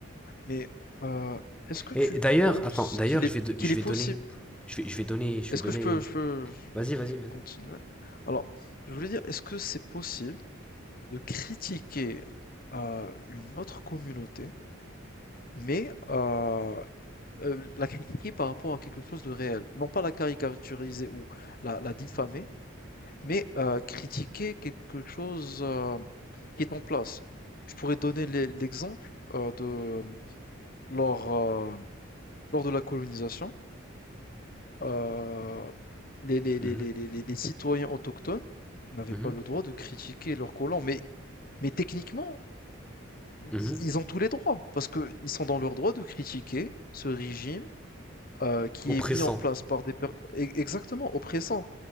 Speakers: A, on the left (about 45°); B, in the centre.
A: Mais euh, est-ce que tu
B: Et d'ailleurs,
A: penses
B: attends, d'ailleurs,
A: qu'il est
B: je vais, do-
A: qu'il
B: je
A: est
B: vais
A: possible?
B: donner. Je vais, je vais donner, je
A: Est-ce
B: vais donner.
A: que je peux je peux
B: Vas-y, vas-y, vas-y.
A: continuer? Alors, je voulais dire, est-ce que c'est possible de critiquer euh, une autre communauté, mais euh, euh, la critiquer par rapport à quelque chose de réel, non pas la caricaturiser ou la, la diffamer, mais euh, critiquer quelque chose euh, qui est en place. Je pourrais donner l'e- l'exemple euh, de lors euh, lors de la colonisation. Euh, les, les, les,
B: Mhm,
A: les, les, les- citoyens autochtones n'avaient
B: mhm,
A: pas le droit de critiquer leurs colons. Mais, mais techniquement, i-
B: mhm.
A: ils ont tous les droits, parce qu'ils sont dans leur droit de critiquer ce régime euh, qui
B: Oppressant.
A: est mis en place par des personnes exactement oppressants.